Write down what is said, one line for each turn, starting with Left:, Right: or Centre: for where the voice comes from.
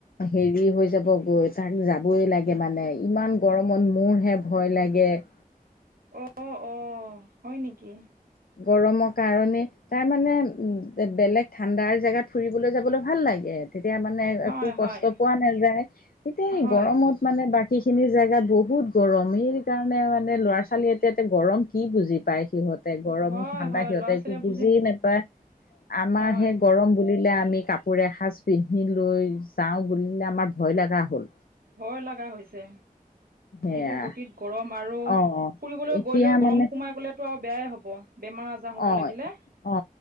Left: হেৰি হৈ যাব গৈ তাক যাবই লাগে মানে ইমান গৰমত বন্ধহে ভয় লাগে। এ
Right: অ অ হয় নেকি?
Left: গৰমৰ কাৰণে তাৰ মানে উ বেলেগ ঠাণ্ডাৰ জেগাত ফুৰিবলৈ যাবলৈ ভাল লাগে আৰু। তেতিয়া মানে
Right: হয়
Left: একো কষ্ট
Right: হয়
Left: পোৱা নাযায় এতিয়া এই
Right: হয়
Left: গৰমত মানে বাকী খিনি জেগাত বহুত গৰম সেইকাৰণে মানে ল'ৰা ছোৱালী এটা এতে গৰম কি বুজি পায় সিহঁত গৰম
Right: হয়
Left: ঠাণ্ডা
Right: হয়
Left: সিহতে
Right: ল'ৰা
Left: একো
Right: ছোৱালীয়ে
Left: বুজি নাপায় আমাৰ
Right: হয়
Left: সেই গৰম বুলি বিলে আমি কাপোৰে এসজ পিন্ধি লৈ যাওঁ বুলিলে আমাৰ ভয় লগা হ'ল।
Right: ভয় লগা হৈছে।
Left: সেয়া
Right: যিটো গতিত গৰম আৰু
Left: অ
Right: ফুৰিবলৈ
Left: এতিয়া
Right: গৈলেৈ গৰম
Left: মানে
Right: সোমাই গলেতো আৰু বেয়াই হ'ব। বেমাৰ আজাৰ হ'ব
Left: অ
Right: লাগিলে
Left: অ